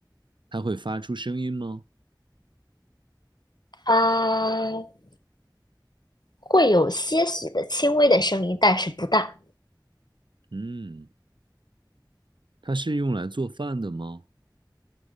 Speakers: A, on the right (about 85°); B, on the left (about 65°).
A: 它会发出声音吗？
B: 它会有些许的轻微的声音，但是不大，
A: 嗯，它是用来做饭的吗？